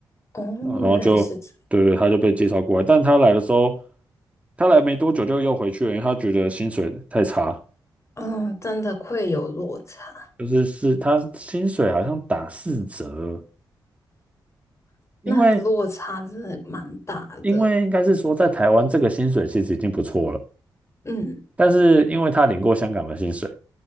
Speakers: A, on the left; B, on the right.
A: 哦，
B: 然后就对对，
A: 原来是这，
B: 他就被介绍过来。但他来的时候，他来没多久就又回去了，因为他觉得薪水太差，
A: 嗯，真的会有落差，
B: 就是是他薪水好像打四折，因为
A: 那落差真的蛮大的。
B: 因为应该是说在台湾这个薪水其实已经不错了，
A: 嗯
B: 但是因为他领过香港的薪水，